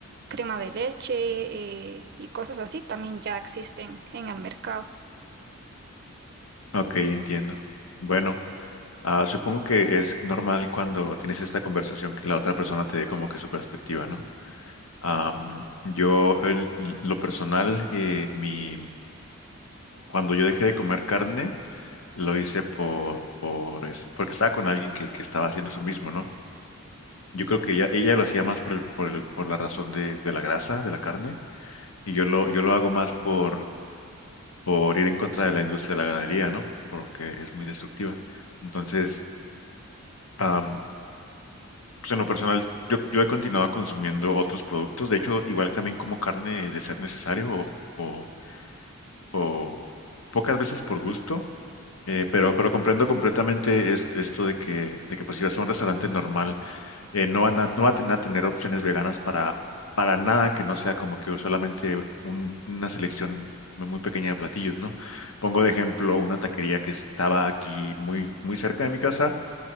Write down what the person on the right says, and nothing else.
crema de leche eh, y cosas así también ya existen en el mercado.